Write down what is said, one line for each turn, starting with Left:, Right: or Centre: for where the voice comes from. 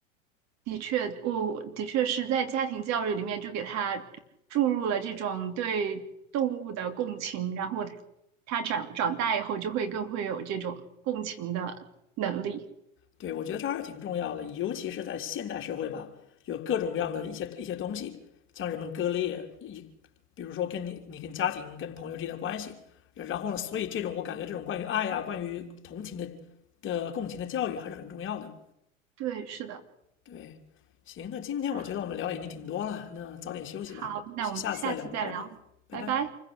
Right: 的确，我的确是在家庭教育里面就给他注入了这种对动物的共情，然后他他长长大以后就会更会有这种共情的能力。
Left: 对，我觉得这还是挺重要的，尤其是在现代社会吧，有各种各样的一些一些东西将人们割裂，一比如说跟你你跟家庭跟朋友之间的关系，然后呢，所以这种我感觉这种关于爱啊，关于同情的的共情的教育还是很重要的。
Right: 对，是的
Left: 对，行，那今天我觉得我们聊的已经挺多了，
Right: 啊，
Left: 那早点休息吧，
Right: 好，那我们下次再聊，
Left: 下次再聊吧，拜拜，拜拜。
Right: 拜拜。